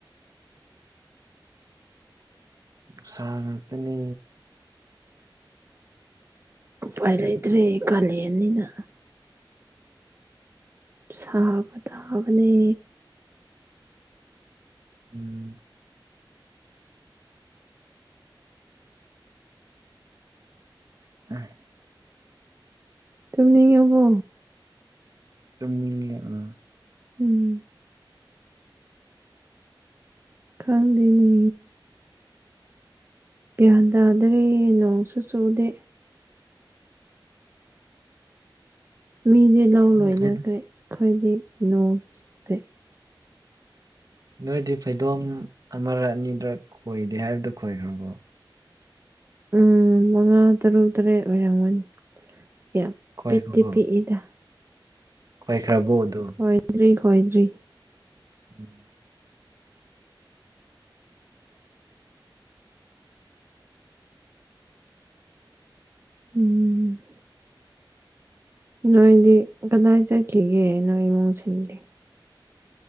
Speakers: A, on the right; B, on the right.
A: ꯅꯨꯡꯁꯥꯡꯡ ꯉꯥꯛꯇꯅꯦ
B: ꯎꯄꯥꯏ ꯂꯩꯥꯇ꯭ꯔꯦ ꯀꯥꯂꯦꯟꯅꯤꯅ ꯁꯥꯕ ꯇꯥꯕꯅꯦ
A: ꯎꯝ <unintelligible>
B: ꯇꯨꯝꯅꯤꯡꯉꯕꯣ
A: ꯇꯨꯝꯅꯤꯡꯉꯦ ꯑꯥ
B: ꯎꯝ ꯈꯪꯗꯦꯅꯦ ꯒ꯭ꯌꯥꯟ ꯇꯥꯗ꯭ꯔꯦ ꯅꯣꯡꯁꯨ ꯆꯨꯗꯦ ꯃꯤꯗꯤ ꯂꯧ
A: ꯈꯪꯗ꯭ꯔꯦꯗ
B: ꯂꯣꯏꯅꯈ꯭ꯔꯦ ꯑꯩꯈꯣꯏꯗꯤ ꯅꯣꯡꯁꯨ ꯆꯨꯗꯦ
A: ꯅꯣꯏꯗꯤ ꯐꯩꯗꯣꯝ ꯑꯃꯔꯛ ꯑꯅꯤꯔꯛ ꯈꯣꯏꯗꯦ ꯍꯥꯏꯕꯗꯨ ꯈꯣꯏꯈ꯭ꯔꯕꯣ
B: ꯎꯝ ꯃꯉꯥ ꯇꯔꯨꯛ ꯇꯔꯦꯠ ꯑꯣꯏꯔꯝꯒꯅꯤ ꯌꯥꯝ
A: ꯈꯣꯏꯈ꯭ꯔꯕꯣ
B: ꯄꯤꯛꯇꯤ ꯄꯤꯛꯏꯗ
A: ꯈꯣꯏꯈ꯭ꯔꯕꯣ ꯑꯗꯣ
B: ꯈꯣꯏꯗ꯭ꯔꯤ ꯈꯣꯏꯗ꯭ꯔꯤ
A: ꯎꯝ
B: ꯎꯝ ꯅꯣꯏꯗꯤ ꯀꯗꯥꯏ ꯆꯠꯈꯤꯒꯦ ꯅꯣꯏ ꯏꯃꯨꯡꯁꯤꯡꯗꯤ